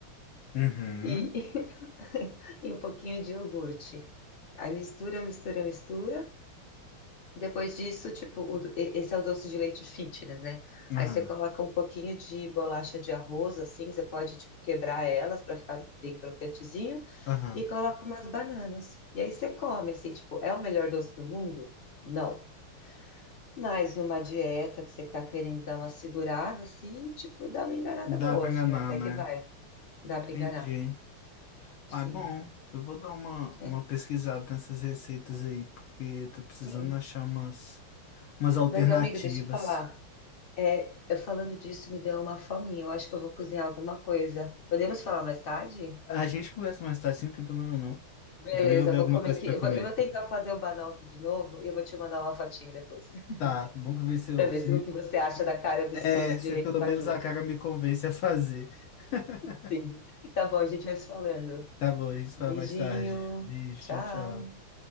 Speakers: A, on the left; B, on the left.
A: Uhum.
B: e, <laughs> e um pouquinho de iogurte. Aí mistura, mistura, mistura. Depois disso, tipo, o do- e- esse é o doce de leite fitness, né?
A: Aham.
B: Aí você coloca um pouquinho de bolacha de arroz, assim, você pode, tipo, quebrar elas para ficar bem crocantezinho
A: Aham.
B: e coloca umas bananas. E aí você come, assim, tipo, é o melhor doce do mundo? Não. Mas numa dieta que você tá querendo dar uma segurada, assim, tipo, dá uma enganada
A: Dá
B: boa,
A: pra
B: assim,
A: enganar,
B: até
A: né?
B: que vai. Dá para enganar.
A: Entendi.
B: Sim,
A: Ah, é bom. Eu vou dar uma,
B: é.
A: uma pesquisada nessas receitas aí, porque tô precisando
B: Sim.
A: achar umas, umas alternativas.
B: Mas, amigo, deixa eu falar. É, eu falando disso me deu uma fominha. Eu acho que eu vou cozinhar alguma coisa. Podemos falar mais tarde?
A: A gente conversa mais tarde, sim, não tem problema não.
B: Beleza,
A: Eu também vou ver
B: eu vou
A: alguma
B: comer
A: coisa
B: aqui.
A: pra
B: Eu
A: comer
B: vou, eu vou
A: aqui.
B: tentar fazer o banoffee de novo e eu vou te mandar uma fotinho depois, <laughs>
A: Tá, vamos ver se eu.
B: para ver
A: Se
B: se,
A: me-
B: o que você acha
A: me-
B: da cara desse
A: é,
B: doce
A: se
B: de leite
A: pelo
B: fajuto.
A: menos a cara me convence a fazer. <laughs>
B: Sim. Tá bom, a gente vai se falando.
A: Tá bom, a gente se
B: Beijinho.
A: fala mais tarde. Beijo,
B: Tchau.
A: tchau, tchau.